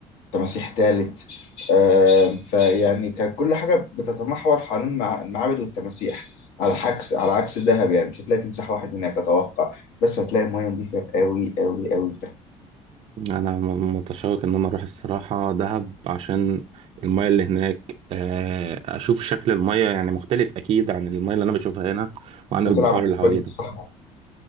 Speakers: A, on the left (about 80°); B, on the right (about 50°).
A: تماسيح تالت آه، فيعني كانت كل حاجة بتتمحور حوالين المع- المعابد والتماسيح على عكس على عكس الذهب يعني مش هتلاقي تمساح واحد هناك أتوقع بس هتلاقي مية نظيفة أوي أوي أوي بتاعت
B: انا م- متشوق ان انا اروح الصراحه دهب عشان المايه اللي هناك آه، اشوف شكل المايه يعني مختلف اكيد عن المايه اللي انا بشوفها هنا وعن
A: وتلعب
B: البحار
A: بيتش
B: اللي حوالينا
A: باجي في الصحراء